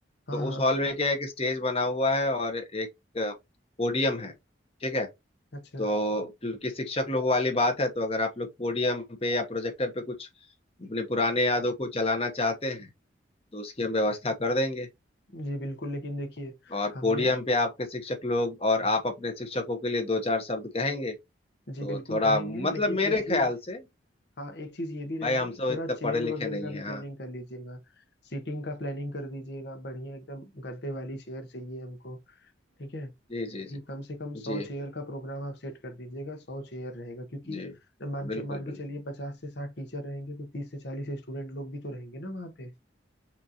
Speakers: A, on the left; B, on the left.
A: हाँ
B: तो
A: हाँ
B: उस हॉल में क्या है, एक स्टेज बना हुआ है और एक पोडियम है ठीक है
A: अच्छा
B: तो क्योंकि शिक्षक लोग वाली बात है तो अगर आप लोग पोडियम पे या प्रोजेक्टर पे कुछ अपने पुराने यादों को चलाना चाहते हैं तो उसकी हम व्यवस्था कर देंगे
A: जी बिल्कुल लेकिन देखिए
B: और
A: हमें
B: पोडियम पे आपके शिक्षक लोग और आप अपने शिक्षकों के लिए दो चार शब्द कहेंगे तो
A: जी बिल्कुल
B: थोड़ा
A: कहेंगे
B: मतलब
A: लेकिन
B: मेरे
A: एक चीज
B: ख्याल से
A: हाँ एक चीज ये भी रहेगा
B: भाई हम
A: कि
B: सब
A: थोड़ा
B: इतने
A: चेयर
B: पढ़े लिखे
A: वगैरह
B: नहीं
A: का भी
B: है हाँ
A: प्लानिंग कर लीजिएगा सीटिंग का प्लानिंग कर दीजिएगा बढ़िया एकदम गद्दे वाली चेयर चाहिए हमको ठीक है क्योंकि
B: जी जी जी
A: कम से कम सौ
B: जी
A: चेयर का प्रोग्राम आप सेट कर दीजिएगा सौ चेयर रहेगा क्योंकि
B: जी
A: मान चे-
B: बिल्कुल
A: मान के
B: बिल्कुल
A: चलिए पचास से साठ टीचर रहेंगे तो तीस से चालीस स्टूडेंट लोग भी तो रहेंगे ना वहाँ पे